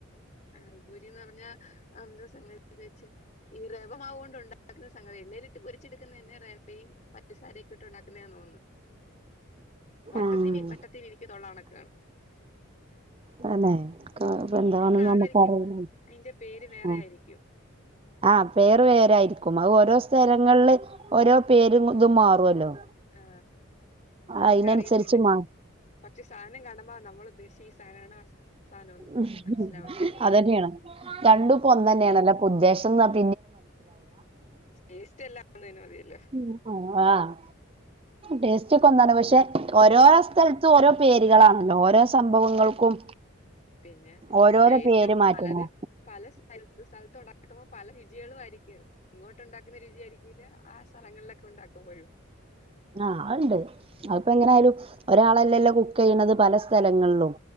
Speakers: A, on the left; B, on the right.
A: അൽഭൂരിന്ന് പറഞ്ഞാ അത് എന്തോ സംഗതിന്ന് വെച്ചാ ഈ റവ മാവ്കൊണ്ടു ഉണ്ടാക്കുന്ന സംഗതിയാ എണ്ണയിലിട്ട് പൊരിച്ചെടുക്കുന്നതെന്നെ റവയും പഞ്ചസാരോക്കെ ഇട്ട് ഉണ്ടാക്കുന്നേ ആന്ന് തോന്നുന്നു വട്ടത്തിന്
B: ആഹ്
A: വട്ടത്തിന് ഇരിക്കതോള്ളാണ് ക്കർ
B: തന്നെ <unintelligible> എന്താ <unintelligible>
A: കാണുമായിരിക്കും അയിന്റെ പേര് വേറെ ആയിരിക്കും
B: ആ പേർ വേരായിരിക്കും അത് ഓരോ സ്ഥലങ്ങളില് ഓരോ പേരും ഇതും മാറുല്ലോ
A: ആ നമുക്ക്
B: അയിനനുസരിച്ച്
A: അറിയത്തില്ല
B: മാറും
A: പക്ഷെ സാധനം കാണുമ്പോ നമ്മള് ഉദ്ദേശി സാധനണ് ആ സാധനംന്ന്
B: ഉം
A: മനസ്സിലാവത്തുള്ളൂ
B: അതന്നെയാണ് രണ്ടും ഇപ്പോ ഒന്നന്നെയണേല്ലെ ഉദ്ദേശ ന്നാത്
A: ടേസ്റ്റ് എല്ലാംഒന്നേ മതിയല്ലോ
B: ഉം ആഹ് ടേസ്റ്റ് ഒക്കെ ഒന്നാണ് പക്ഷെ ഓരോ സ്ഥലത്തും ഓരോ പേരുകളാണല്ലോ ഓരോ സംഭവങ്ങൾക്കും
A: ഉം പിന്നെ
B: ഓരോരോ
A: ടേസ്റ്റും
B: പേര് മാറ്റങ്ങൾ
A: പലര് പല സ് സ്ഥലത്ത അക്കുമ്പോ പല രുചികളും ആയിരിക്കും ഇങ്ങോട്ട് ഉണ്ടാക്കുന്ന രുചിയായിരിക്കൂല ആ സ്ഥലങ്ങളിലൊക്കെ ഉണ്ടാക്കുമ്പോഴും
B: ആ അണ്ട് അത്പ്പ എങ്ങനൊയാലും ഒരാളല്ലല്ലോ കുക്ക് ചെയ്യുന്നത് പലസ്- സ്ഥലങ്ങളിലും